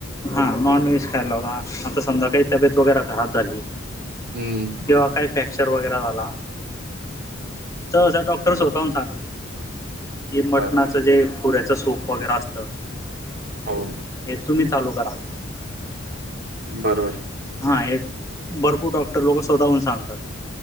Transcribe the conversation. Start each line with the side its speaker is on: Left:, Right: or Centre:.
Left: हा नॉन वेज खायला होता. आता समजा काही तब्येत वगैरे घरात झाली
Right: हम्म
Left: किंवा काही अर वगैरे वगैरे झाला तर डॉक्टर स्वत सांग की मटणाचं
Right: बरोबर
Left: जे पुऱ्याच सूप वगैरे असत.
Right: हो
Left: हे तुम्ही चालू करा.
Right: बरोबर.
Left: हा हे भरपूर डॉक्टर लोक शोधावून सांगतात.